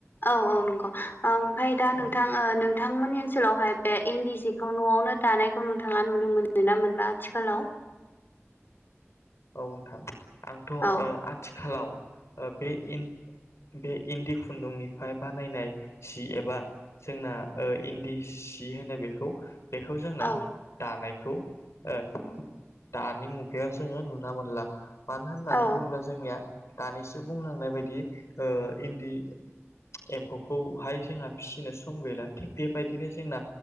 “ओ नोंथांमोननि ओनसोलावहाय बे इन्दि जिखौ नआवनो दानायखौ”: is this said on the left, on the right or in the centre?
Left